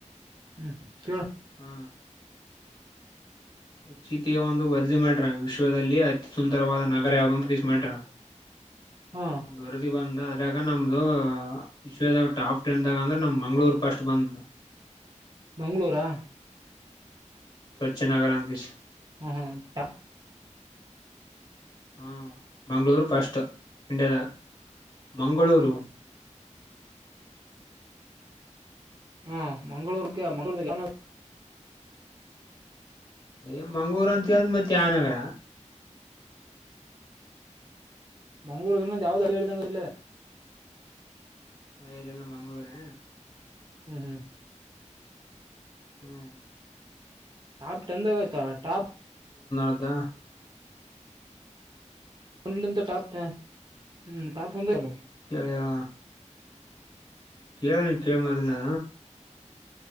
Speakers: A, on the right; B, on the left.
A: ಹ್ಮ್ ಕೇಳು
B: ಹ್ಮ ಈ ಚೀಟಿಗೆ ಒಂದು ವರರ್ದಿ ಮಾಡ್ರ ವಿಶ್ವದಲ್ಲಿ ಅತಿ ಸುಂದರವಾದ ನಗರ ಯಾವ್ದಂತ ಕಸ ಮಾಡ್ರ
A: ಹಾ
B: ಒಂದು ವರದಿಗೆ ಬಂದ ಅ್ರಾಗ ನಮ್ದು ವಿಶ್ವದಾಗ ಟಾಪ್ ಟೆನ್ ದಾಗ ಅಂದ್ರೆ ನಮ್ ಮಂಗಳೂರ್ ಫಸ್ಟ್ ಬಂತು
A: ಮಂಗಳೂರಾ
B: ಸ್ವಚ್ಛನಾಗರ ಅಂತಿಸಿ
A: ಹ್ಮ್ ಹ್ಮ್ ಪ
B: ಹ ಮಂಗಳೂರು ಫಸ್ಟ್ ಇಂಡಿಯಾದಾಗ ಮಂಗಳೂರು
A: ಹ್ಮ ಮಂಳೂರ್ಕ್ಕೆ ಮಂಗಳೂರ್ವನ
B: ಅ ಮಂಗ್ರು ಅಂತ ಹೇಳಿದ್ ಮತ್ತೆ ಯ ನಗರ
A: ಮಂ್ಗಳೂರು ಇನ್ನ ಯಾವ್ದು ಅಾರಿ ಎಳದಂಗ ಇಲ್ಲ
B: ಇಲ್ಲಲ್ಲ ಮಂಗ್ಗಳೂರೆ
A: ಹ್ಮ್ ಹ್ಮ್
B: ಹ್ಮ್
A: ಟಾಪ್ ಟೆನ್ದಾಗೈತ ಟಾಪ್
B: ಅದ
A: ಒಂದ್ಲಿಂದ ಟಾಪ್ ಟೆ ಹ್ಮ ಟಾಪ್ ಒಂದೆ ಈಗ
B: ಅಯ್ಯಾ ಹೇಳಿ ನೀ ತೇಮಾದಲ್ಲಾ